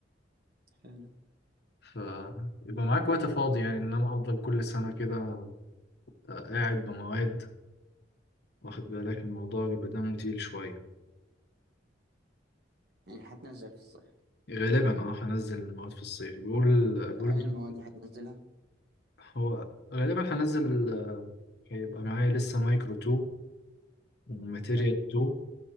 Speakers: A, on the right; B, on the left.
A: حلو
B: فيبقى معاك وقت فاضي يعني انما افضل كل سنة كده آه، قاعد بمواد واخد بالك الموضوع بيبقى دمه تقيل شوية
A: يعني هتنزل في الصيف
B: غالبا اه هنزل المواد في الصيف بيقول بيقول
A: ايه المواد اللي هتنزلها
B: هو غالبا هنزل آه، هيبقى معايا لسه مايكرو 2 وماتيريال
A: حلو
B: 2